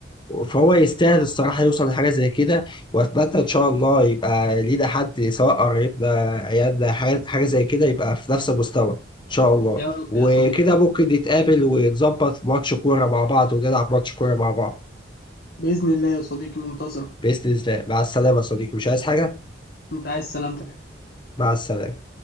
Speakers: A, on the left (about 25°); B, on the left (about 55°).
A: فهو يستاهل الصراحه يوصل لحاجه زي كده واتمنى ان شاء الله يبقى لينا حد سواء قريبنا عيالنا حاجه حاجة زي كده يبقى في نفس المستوى ان شاء الله
B: يا رب
A: وكده
B: يا صديقي
A: ممكن نتقابل ونظبط ماتش كوره مع بعض ونلعب ماتش كوره مع بعض
B: باذن الله يا صديقي منتظرك
A: باذن الله مع السلامه يا صديقي مش عايز حاجه
B: انت عايز سلامتك
A: مع السلامه